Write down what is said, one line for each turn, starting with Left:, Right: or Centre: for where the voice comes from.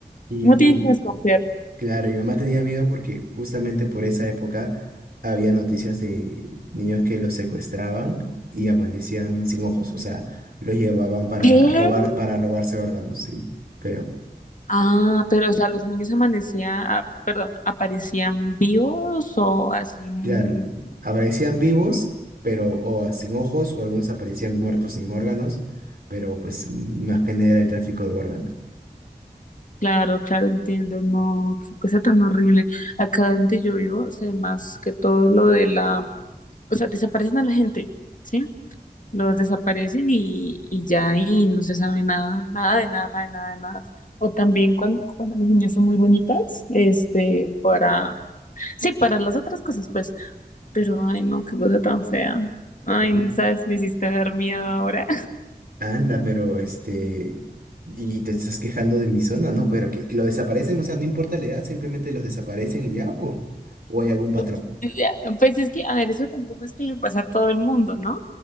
Right: Y,
Left: no tiene
Right: y
Left: que desconfiar.
Right: claro, mi mamá tenía miedo porque justamente por esa época había noticias de niños que los secuestraban y amanecían sin ojos, o sea, los llevaban para
Left: ¿Qué?
Right: robar, para robarse órganos, sí, feo.
Left: Ah, pero o sea, los niños amanecían, ah, perdón, aparecían vivos o así. mm,
Right: Claro, aparecían vivos, pero o sin ojos, o algunos aparecían muertos sin órganos, pero pues más que nada era el tráfico de órganos.
Left: Claro, claro, entiendo. No, qué cosa tan horrible. Acá donde yo vivo, sé más que todo lo de la, o sea, desaparecen a la gente, ¿sí? Los desaparecen y, y ya y no se sabe nada, nada de nada, de nada, de nada. O también cuando, cuando las niñas son muy bonitas, este, para, sí, para las otras cosas, pues. Pero, ay, no, qué cosa tan fea. Ay,
Right: Ujú.
Left: sabes, me hiciste ver miedo ahora.
Right: Anda, pero este, y te estás quejando de mi zona, ¿no? Pero que, que lo desaparecen, o sea, no importa la edad, simplemente los desaparecen y ya, o, o hay algún patrón.
Left: <laughs> Ya, Pues es que, a ver, eso tampoco es que le pasa a todo el mundo, ¿no?